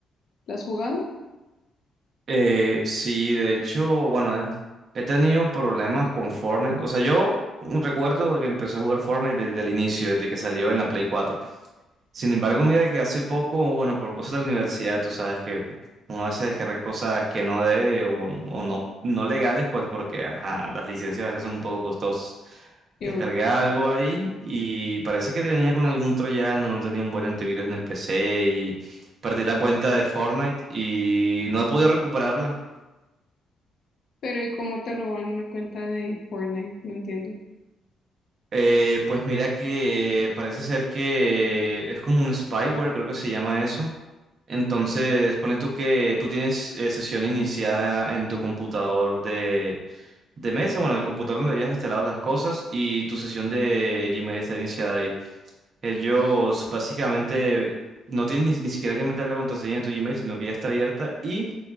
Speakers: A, on the left (about 60°); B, on the right (about 50°).
A: ¿Lo has jugado?
B: Eh, sí, de hecho, bueno, eh, he tenido problemas con Fortnite. O sea, yo recuerdo que empecé a jugar Fortnite desde el inicio, desde que salió en la Play cuatro. Sin embargo, mira que hace poco, bueno, por cosas de la universidad, tú sabes que uno a veces descarga cosas que no debe o, o no, no legales, pues porque ajá, las licencias a veces son un poco costosas.
A: Sí,
B: Descargué
A: obvio.
B: algo ahí y parece que venía con algún troyano, no tenía un buen antivirus en el PC y perdí la cuenta de Fortnite y no he podido recuperarla.
A: Pero ¿y cómo te roban una cuenta de Fortnite? No entiendo.
B: Eh, pues mira que parece ser que es como un spyware, creo que se llama eso. Entonces, pone tú que tú tienes eh, sesión iniciada en tu computador de, de mesa, bueno, en el computador donde hayas instalado las cosas y tu sesión de Gmail está iniciada ahí. Ellos básicamente no tienen ni, ni siquiera que meter la contraseña de tu Gmail, sino que ya está abierta y